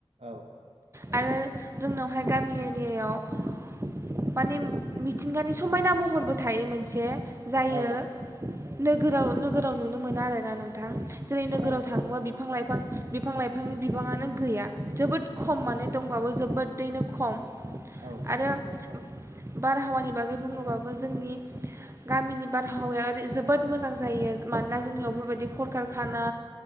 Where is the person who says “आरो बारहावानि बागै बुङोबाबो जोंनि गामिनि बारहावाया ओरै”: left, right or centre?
Right